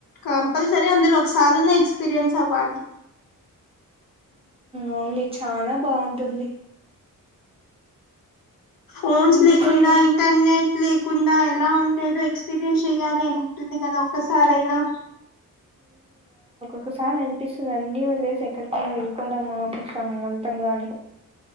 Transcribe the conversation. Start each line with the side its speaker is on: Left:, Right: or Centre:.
Left: కంపల్సరీ అందరు ఒకసారన్నా ఎక్స్పీరియన్స్ అవ్వాలి
Right: అవున్లే చానా బావుంటుంది
Left: ఫోన్స్
Right: ముందు
Left: లేకుండా
Right: కాలం
Left: ఇంటర్నెట్ లేకుండా ఎలా ఉండేదో ఎక్స్పీరియన్స్ చెయాలి అని టుంది కదా ఒక్కసారయినా
Right: ఒక్కోసారి అనిపిస్తుంది అన్నీ వద్లేసి ఎక్కడికన్నా వెళ్ళిపోదామా ప్రశాంతంగా అని